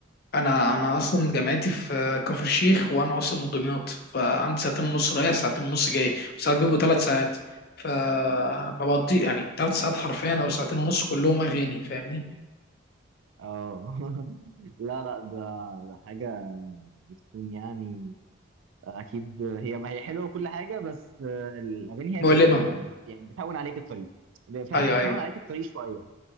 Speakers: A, on the left; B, on the right.
A: انا انا اصلا جامعتي في آه، كفر الشيخ وانا اصلا من دمياط فعندي ساعتين ونص رايح ساعتين ونص جاي وساعات بيبقوا ثلاث ساعات فبقضي يعني ثلاث ساعات حرفيا او ساعتين ونص كلهم اغاني فاهمني
B: اه <laughs> لا لا ده ده حاجة بتكون يعني أكيد هي هي حلوة وكل حاجة بس آه، الأغاني هي اللي
A: مؤلمه
B: ب- ب- بت يعني بتهون عليك الطريق فاهم
A: ايوه
B: هي بتهون
A: ايوه
B: عليك الطريق شوية